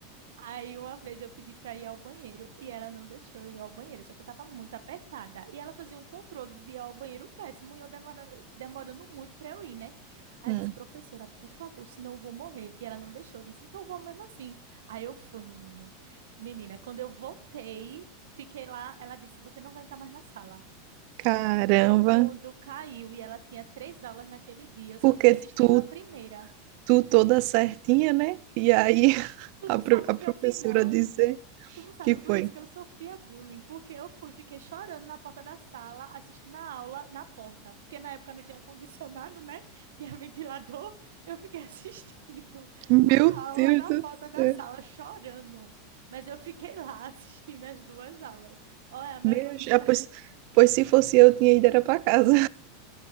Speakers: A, on the right (about 85°); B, on the right (about 50°).
A: Aí uma vez eu pedi para ir ao banheiro e ela não deixou eu ir ao banheiro, só que eu tava muito apertada. E ela fazia um controle de ir ao banheiro péssimo e eu demorando, demorando muito para eu ir, né? Aí
B: Hum.
A: eu disse, professora, por favor, senão eu vou morrer. E ela não deixou, eu disse, então eu vou mesmo assim. Aí eu fui, menino. Menina, quando eu voltei, fiquei lá, ela disse, você não vai entrar mais na sala.
B: Caramba,
A: Meu mundo caiu e ela tinha três aulas naquele dia, eu só
B: porque
A: tinha assistido
B: tu,
A: a primeira.
B: tu toda certinha, né? E aí <laughs>
A: Tu
B: a,
A: não
B: pro-
A: sabe
B: a
A: o que
B: professora
A: eu fiz, não.
B: dizer
A: Tu não sabe,
B: que
A: é
B: foi.
A: por isso que eu sofria bullying, porque eu fui, fiquei chorando na porta da sala, assistindo a aula na porta, porque na época não tinha ar-condicionado, né? <laughs> Tinha ventilador, eu fiquei <laughs> assistindo
B: Meu
A: a aula
B: Deus
A: na
B: do
A: porta da
B: céu.
A: sala, chorando. Mas eu fiquei lá assistindo as duas aulas. Olha, mas
B: Meu,
A: foi muito
B: já, pois, pois se fosse eu, tinha ido era pra casa.